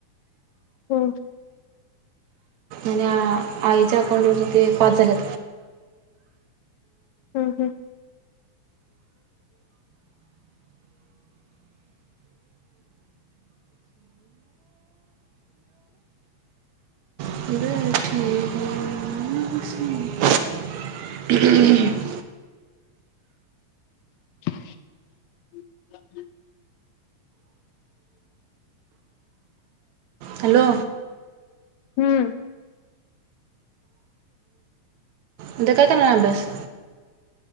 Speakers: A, on the left; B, on the right.
A: हम्म.
B: आणि आईच्या अकाउंट वरच ते पाच झाल्यात.
A: हम्म हम्म.
B: <inaudible>
A: <inaudible>
B: हॅलो.
A: हम्म.
B: उद्या काय करणार अभ्यास?